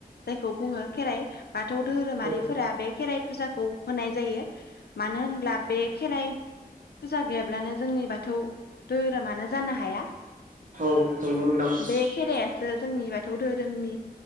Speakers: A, on the left; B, on the right.
A: जायखौ बुङो खेराइ बाथौ दोरोमारिफोरा
B: औ
A: बे खेराइ फुजाखौ होनाय जायो मानो होनब्ला बे खेराइ पुजा गैयाब्लानो जोंनि बाथौ दोहोरोमानो जानो हाया।
B: औ नंगौ नोंथां।
A: बे खेराइासो जोंनि बाथौ दोहोरोमनि